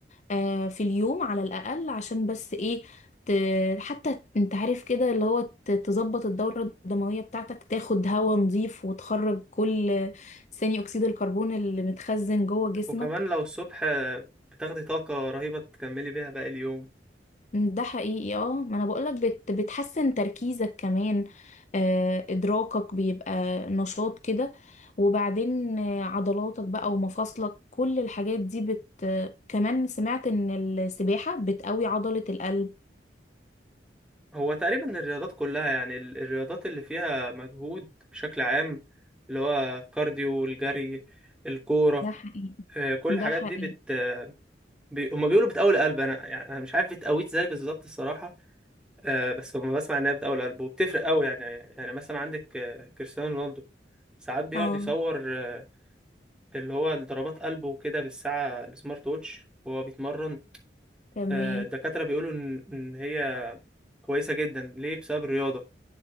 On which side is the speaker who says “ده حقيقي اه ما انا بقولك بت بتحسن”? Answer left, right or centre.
Left